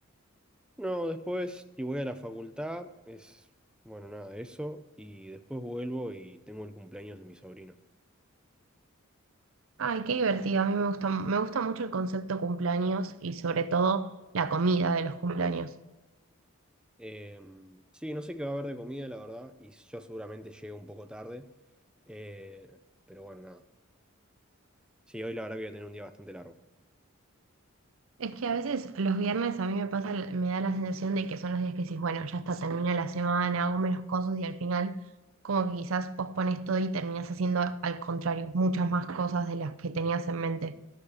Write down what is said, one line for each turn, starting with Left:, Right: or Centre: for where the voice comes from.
Centre: No, después si voy a la facultad es, bueno, nada de eso. Y después vuelvo y tengo el cumpleaños de mi sobrino.
Right: Ay, qué divertido. A mí me gusta, me gusta mucho el concepto cumpleaños y sobre todo la comida de los cumpleaños.
Centre: Eh, sí, no sé qué va a haber de comida, la verdad. Y yo seguramente llego un poco tarde. Eh, pero bueno, nada. Sí, hoy la verdad que voy a tener un día bastante largo.
Right: Es que a veces los viernes a mí me pasa, me da la sensación de que son los días que decís, bueno, ya está, termina la semana, hago menos cosas y al final como que quizás pospones todo y terminas haciendo al contrario, muchas más cosas de las que tenías en mente.